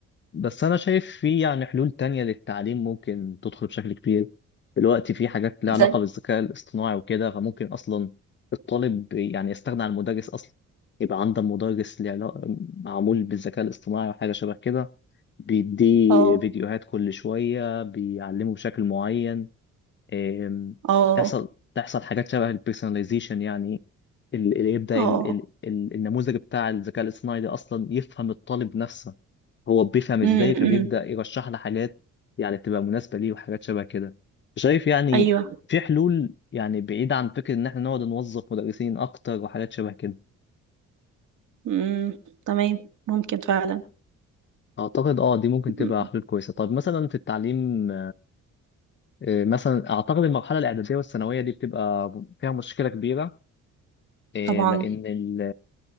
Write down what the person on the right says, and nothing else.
زي
اه
اه
اه
أمم،
أيوه
أمم، تمام ممكن فعلا
أمم،
طبعا